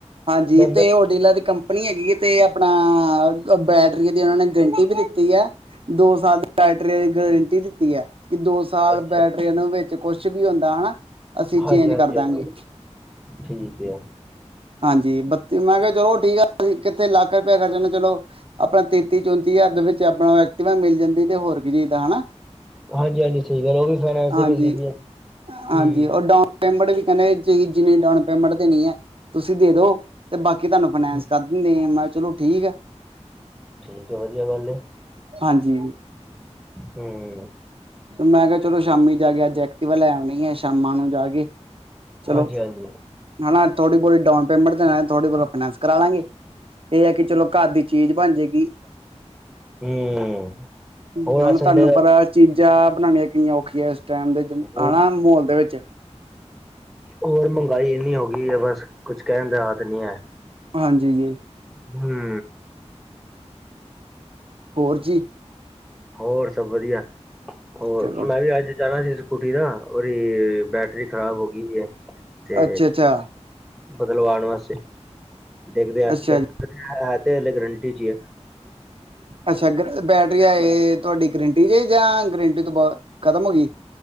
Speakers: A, on the right (about 50°); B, in the centre.
A: ਹਾਂਜੀ,
B: ਬੰਦਾ
A: ਤੇ ਉਹਓਡੀਲਾ ਦੀ ਕੰਪ ਆਪਣੀ ਹੈਗੀ ਹੈ ਤੇ ਆਪਣਾ, ਬੈਟਰੀ ਦੀ ਉਹਨਾਂ ਨੇ ਗਰੰਟੀ ਵੀ ਦਿੱਤੀ ਆ ਦੋ ਸਾਲ ਦੀ, ਬੈਟਰੀ ਦੀ ਗਰੰਟੀ ਦਿੱਤੀ ਹੈ ਕਿ ਦੋ ਸਾਲ
B: ਅੱਛਾ
A: ਬੈਟ ਟ੍ਰੇਨ ਵਿੱਚ ਕੁਛ ਵੀ ਹੁੰਦਾ ਹਨਾ, ਅਸੀਂ
B: ਹਾਂਜੀ
A: ਚੇਂਜ
B: ਹਾਂਜੀ
A: ਕਰ ਦਾਂਗੇ।
B: ਹਾਂਜੀ ਠੀਕ ਏ।
A: ਹਾਂਜੀ ਬੱਤੀ, ਮੈਂ ਕਿਹਾ ਚਲੋ ਠੀਕ ਆ, ਕਿੱਥੇ ਲੱਖ ਰੁਪਇਆ ਖਰਚਣਾ ਚਲੋ ਆਪਣਾ ਤੇਤੀ ਚੌਂਤੀ ਹਜਾਰ ਦੇ ਵਿੱਚ ਆਪਣਾ ਐਕਟਵਾ ਮਿਲ ਜਾਂਦੀ ਤੇ ਹੋਰ ਕੀ ਚਾਹੀਦਾ ਹਨਾ।
B: ਹਾਂਜੀ-ਹਾਂਜੀ, ਸਹੀ ਗੱਲ ਆ ਉਹ ਵੀ ਫਾਈਨਾਸ
A: ਹਾਂਜੀ
B: ਮਿਲਦੀ ਪਈ ਆ ਠੀ
A: ਹਾਂਜੀ ਉਹ ਡਾਊਨ ਪੇਮੈਂਟ ਵੀ ਕਹਿੰਦੇ ਜ ਜਿੰਨੀ ਡਾਊਨ ਪੇਮੈਂਟ ਤੇ ਨੀ ਹੈ, ਤੁਸੀਂ ਦੇ ਦੋ ਤੇ ਬਾਕੀ ਤੁਹਾਨੂੰ ਫਾਈਨੈਂਸ
B: ਹੂੰ,
A: ਕਰ ਦਿੰਦੇ ਚਲੋ ਠੀਕ ਆ।
B: ਠੀਕ ਆ ਵਧੀਆ ਗੱਲ ਆ,
A: ਹਾਂਜੀ।
B: ਹੂੰ।
A: ਮੈਂ ਕਿਹਾ ਚਲੋ ਸ਼ਾਮੀ ਜਾ ਕੇ ਅੱਜ ਐਕਟੀਵਾ ਲੈ ਆਣੀ ਹੈ ਸ਼ਾਮਾਂ ਨੂੰ ਜਾ ਕੇ, ਚਲੋ,
B: ਹਾਂਜੀ ਹਾਂਜੀ
A: ਹਨਾ ਥੋੜੀ ਬਹੁਤੀ ਡਾਊਨ ਪੇਮੈਂਟ ਤਾਂ ਹੈ, ਥੋੜੀ ਬਹੁ ਫਾਈਨੈਂਸ ਕਰਾ ਲਾਂਗੇ ਇਹ ਹੈ ਕਿ ਚਲੋ ਘਰ ਦੀ ਚੀਜ਼ ਬਣ ਜਾਏਗੀ।
B: ਹੂੰ
A: ਹੁਣ
B: ਹੋਰ ਅੱਜ
A: ਤੁਹਾਨੂੰ
B: ਸੰਡੇ ਦਾ
A: ਪਤਾ, ਚਾਹ ਬਣਾਣੀਆਂ ਕਿੰਨੀਆਂ ਔਖੀਆਂ ਇਸ ਟਾਈਮ ਦੇ ਆ
B: ਹੋਰ
A: ਹਨਾ ਮਾਹੌਲ ਦੇ ਵਿੱਚ
B: ਹੋਰ ਮਹਿੰਗਾਈ ਇੰਨੀ ਹੋ ਗਈ ਆ ਬਸ ਕੁਝ ਕਹਿਣ ਦਾ ਰਾਦ ਨੀ ਆ,
A: ਹਾਂਜੀ ਜੀ,, ਵ
B: ਹੂੰ।
A: ਹੋਰ ਜੀ।
B: ਹੋਰ ਸਭ ਵਧੀਆ, ਹੋਰ
A: ਚਲੋ
B: ਮੈਂ ਵੀ ਅੱਜ, ਜਾਣਾ ਸੀ ਸਕੂਟੀ ਦਾ ਉਹਦੀ ਬੈਟਰੀ ਖਰਾਬ ਹੋ ਗਈ ਹੈ ਤੇ
A: ਅੱਛਾ ਅੱਛਾ
B: ਬਦਲ ਵਾਣ ਵਾਸਤੇ ਦੇਖਦੇ ਆ, ਕਿ
A: ਅੱਛਾ
B: ਕਹਿਦੇ
A: ਜੀ
B: ਹੈ ਤੇ ਹਲੇ ਗਰ੍ਹੰਟੀ ਚ ਹੀਏ।
A: ਅੱਛਾ ਬੈਟਰੀ
B: <unintelligible>
A: ਇਹ ਤੁਹਾਡੀ ਗਰੰਟੀ ਚ ਜਾਂ, ਗਰੰਟੀ ਤੋਂ ਬਦ ਖਤਮ ਹੋ ਗਈ।